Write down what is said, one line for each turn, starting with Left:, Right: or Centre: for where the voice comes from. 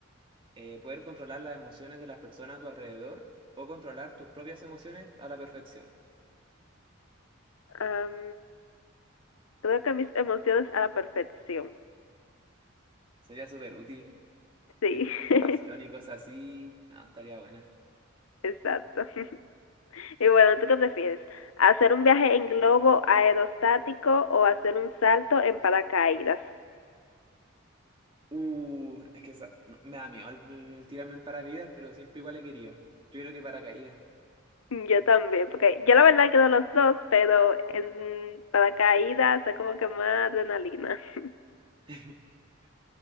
Right: Eh, ¿poder controlar las emociones de las personas a tu alrededor o controlar tus propias emociones a la perfección?
Left: Am, creo que mis emociones a la perfección.
Right: Sería súper útil.
Left: Sí.
Right: presentación
Left: <laughs>
Right: y cosas así, no, estaría buena.
Left: Exacto. <laughs> Y bueno, ¿tú qué prefieres? ¿Hacer un viaje en globo aerostático o hacer un salto en paracaídas?
Right: Uh, es que esa- no, me da miedo el- el tirarme en paracaídas, pero siempre igual he querido. Yo creo que paracaídas.
Left: <laughs> Yo también, porque yo la verdad quiero los dos, pero en paracaídas es como que más adrenalina. <laughs>
Right: <laughs>